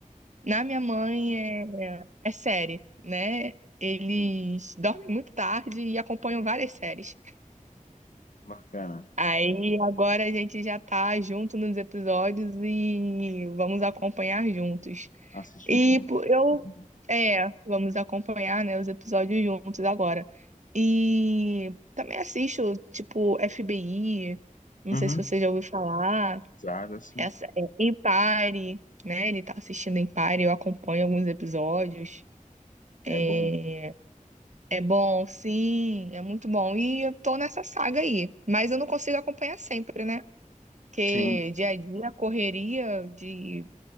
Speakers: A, on the right (about 60°); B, on the left (about 70°).
A: na minha mãe é, é série, né? Eles
B: Sim.
A: dormem muito tarde e acompanham várias séries.
B: Bacana.
A: Aí agora a gente já tá junto nos episódios e vamos acompanhar juntos.
B: Assistir
A: E
B: junto.
A: po- eu,
B: Uhum.
A: é, vamos acompanhar, né, os episódios juntos agora. E também assisto, tipo, FBI, não
B: Uhum.
A: sei se você já ouviu falar,
B: Já, já sim.
A: essa é Empire, né? Ele tá assistindo Empire, eu acompanho alguns episódios. É,
B: É bom.
A: é bom, sim, é muito bom. E eu tô nessa saga aí, mas eu não consigo acompanhar sempre, né? Porque
B: Sim,
A: dia a dia, correria de